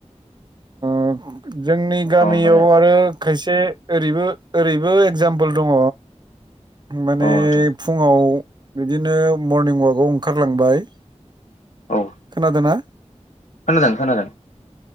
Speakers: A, on the right; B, on the left.
A: जोंनि गामियाव
B: अ माने
A: आरो खायसे ओरैबो ओरैबो एगजामपोल दङ माने
B: औ नोंथां
A: फुङाव बिदिनो मरनिं अवाकआव ओंखारलांबाय
B: औ
A: खोनादोंना
B: खोनादों खोनादों